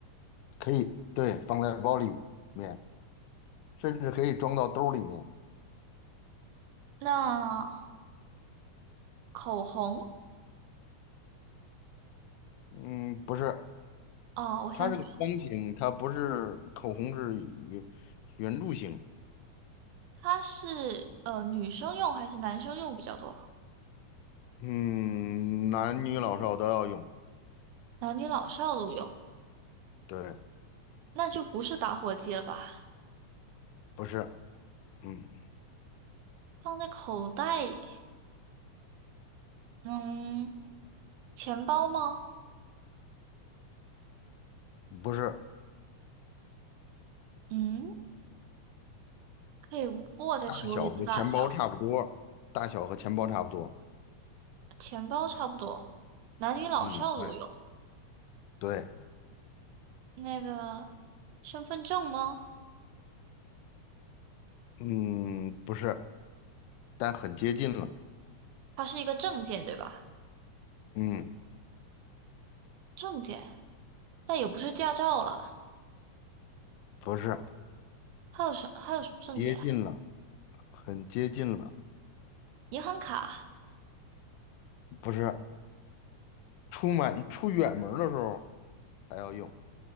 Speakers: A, on the left; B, on the right.
A: 可以，对，放在包里面，甚至可以装到兜儿里面，
B: 那口红，
A: 嗯，不是，
B: 哦，我想起来了，
A: 它是个方形，它不是口红是圆圆柱形，
B: 它是呃女生用还是男生用比较多？
A: 嗯，男女老少都要用，
B: 男女老少都用，
A: 对，
B: 那就不是打火机了吧？
A: 不是，嗯，
B: 放在口袋里，嗯，钱包吗？
A: 不是，
B: 嗯，可以握在手里的大小，
A: 大小和钱包差不多，大小和钱包差不多，
B: 钱包差不多，男女老少都用。
A: 嗯，对，对，
B: 那个身份证吗？
A: 嗯，不是，但很接近了，
B: 它是一个证件，对吧？
A: 嗯。
B: 证件，但也不是驾照了。
A: 不是，
B: 还有什还有什么证件啊？
A: 接近了，很接近了，
B: 银行卡、
A: 不是，出门出远门儿的时候还要用，